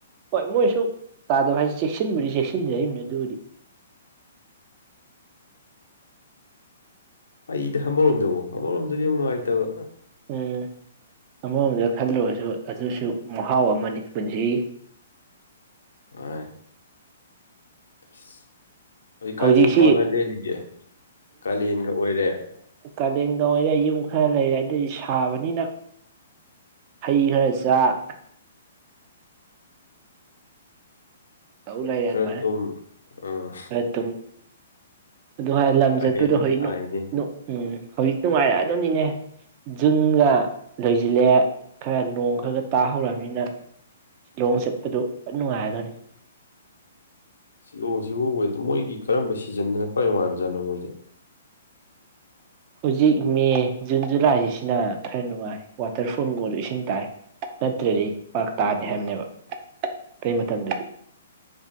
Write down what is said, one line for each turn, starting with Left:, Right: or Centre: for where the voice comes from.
Right: ꯍꯣꯏ ꯃꯣꯏꯁꯨ ꯇꯥꯗꯕ ꯍꯥꯏꯩ ꯆꯦꯛꯁꯤꯟꯕꯗꯤ ꯆꯦꯛꯁꯤꯟꯖꯩꯕꯅꯤ ꯑꯗꯨꯕꯨꯗꯤ
Left: ꯑꯩꯗ ꯑꯃꯔꯣꯝꯗꯕꯨꯣ ꯑꯃꯔꯣꯝꯗꯅ ꯌꯥꯝ ꯅꯨꯡꯉꯥꯏꯇꯕ
Right: ꯎꯝ ꯑꯃꯔꯣꯝꯗ ꯈꯜꯂꯕꯁꯨ ꯑꯗꯨꯁꯨ ꯃꯍꯥꯎ ꯑꯃꯅꯤ ꯄꯨꯟꯁꯤ
Left: ꯑꯥꯏ ꯈꯁ ꯑꯗꯨꯩ ꯀꯥꯟꯖꯨ
Right: ꯍꯧꯖꯤꯛꯁꯤ
Left: ꯀꯒ ꯂꯦꯜꯂꯤꯒꯦ ꯀꯥꯂꯦꯟꯒ ꯑꯣꯏꯔꯦ
Right: ꯀꯥꯂꯦꯟꯗ ꯑꯣꯏꯔꯦ ꯌꯨꯝ ꯈꯔ ꯂꯩꯔꯦ ꯑꯗꯨꯗꯤ ꯁꯥꯕꯅꯤꯅ ꯍꯩ ꯈꯔ ꯆꯥꯛ ꯇꯧ ꯂꯥꯏ
Left: ꯈꯔ
Right: ꯑꯗꯨꯃꯥꯏꯅ
Left: ꯇꯨꯝ ꯑꯥ
Right: ꯑꯗꯨꯨꯝ ꯑꯗꯨ ꯍꯥꯏꯔ ꯂꯝ
Left: ꯀꯥꯂꯦꯟ
Right: ꯆꯠꯄꯗꯣ ꯍꯩꯅꯣ
Left: ꯁꯥꯏꯅꯦ
Right: ꯅꯣ ꯎꯝ ꯍꯧꯖꯤꯛꯇ ꯅꯨꯡꯉꯥꯏꯔꯛꯑꯗꯣꯅꯤꯅꯦ ꯖꯨꯟꯒ ꯂꯣꯏꯁꯤꯜꯂꯦ ꯈꯔ ꯅꯣꯡ ꯈꯔ ꯈ ꯇꯥꯍꯧꯔꯅꯤꯅ ꯁꯤꯂꯣꯡ ꯆꯠꯄꯗꯨ ꯐꯠ ꯅꯨꯡꯉꯥꯏꯔꯗꯣꯏꯅꯤ
Left: ꯁꯤꯂꯣꯡꯁꯤꯕꯨ ꯑꯣꯏꯗ ꯃꯣꯏꯒꯤ ꯀꯔꯝꯕ ꯁꯤꯖꯟꯅꯗꯅ ꯈ꯭ꯋꯥꯏ ꯅꯨꯡꯉꯥꯏꯕꯖꯥꯠꯅꯣ ꯃꯣꯏꯁꯦ
Right: ꯍꯧꯖꯤꯛ ꯃꯦ ꯖꯨꯟ ꯖꯨꯂꯥꯏꯁꯤꯁꯤꯅ ꯈꯔ ꯅꯨꯡꯉꯥꯏ ꯋꯥꯇꯔꯐꯣꯜꯒꯨꯝꯕꯗ ꯏꯁꯤꯡ ꯇꯥꯏ ꯅꯠꯇ꯭ꯔꯗꯤ ꯄꯥꯛꯇꯥꯥꯗꯦ ꯍꯥꯏꯕꯅꯦꯕ
Left: <inaudible>
Right: ꯀꯩ ꯃꯥꯇꯝꯗꯗꯤ